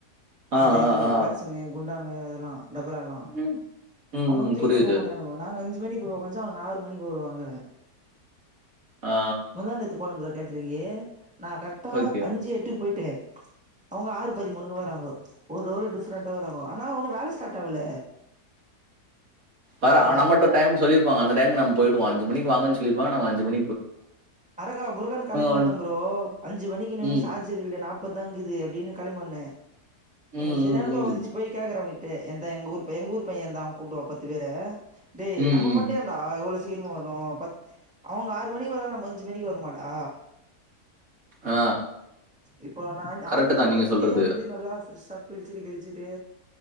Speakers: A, on the right; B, in the centre.
A: ஆ
B: அந்த இது
A: ஆ ஆ
B: பெஷனு குண்டாங்க அதெல்லா டபறலா
A: ம், ம்,
B: அவங்க
A: ம்,
B: தூக்கினே
A: புரியுது
B: போமாட்டானுகொ நாங்க அஞ்சு மணிக்கு வெச்சா அவனுக ஆறு மணிக்கு வருவாங்க
A: ஆ
B: முந்தா நேத்து போனோ ப்ரோ கேட் டீரிங்க நா கரெக்டா
A: ஓகே
B: அஞ்சு எட்டுக்கு போயிட்டன் அவங்க ஆறு பதிமூணுக்கு வராங் ஓ ஒரு அவரு டிப்ரண்டா வராங் கோ ஆனா ஒன்னும் வேல ஸ்டாட் ஆகல
A: வரா நம்மட்ட
B: அர
A: டைம் சொல்லிருப்பாங்க அந்த டைம்க்கு நம்ம போயிடுவோ அஞ்சு மணிக்கு வாங்கனு சொல்லிருப்பாங்க நம்ம அஞ்சு மணி
B: அரக்கா புருக்கானு கெளிம்பீ வந்த
A: வந்து-
B: ப்ரோ அஞ்சு மணிக்குன்னோன்னே
A: ம்
B: சா ஜர்ரில்லே நாப்பது தாங்குது அப்டின்னு கெளம்பி வந்தே
A: ம்
B: ஏ சரியன
A: ம்
B: கோவோ
A: ம்
B: வந்துச்சு போய் கேக்கற அவங்கிட்ட என்த எங்க ஊர் பையன் எங்க ஊர் பையன்தா அவ கூப்புடுவா பத்து பேர டேய் நம்ம
A: ம் ம்
B: மட்டும் ஏன்டா இவ்ளோ சீக்கிரமா வறோ பத் அவுங்க ஆறு மணிக்கு வராங்க நம்ம அஞ்சு மணிக்கு வருமடா
A: ஆ
B: இப்ப நா ஆன்
A: கரெக்ட்டு
B: ஆறு மணிலா
A: தான் நீங்க
B: கொஞ்ச
A: சொல்றது.
B: ப்ரீயா எழுந்து நல்லா பிரெஷா குளிச்சிட்டு கிளிச்சிட்டு